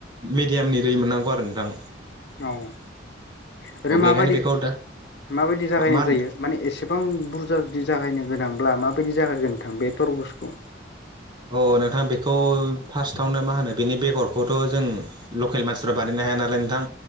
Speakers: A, on the right; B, on the left.
A: मेडियामनि दै मोननांगौ आरो नोंथां
B: औ ओरैनो
A: अ बेखायनो
B: माबायदि
A: बेखौ दा
B: माबायदि जागायनाय
A: मा
B: जायो माने एसेबां बुरजा जुदि जागायनो गोनांब्ला माबायदि जागायगोन। थां बे थरबुसखौ
A: औ नोंथां बेखौ फार्स्टआवनो मा होनो बेनि बेगरखौथ' जों लकेल मानसिफ्रा बानायनाय हाया नालाय नोंथां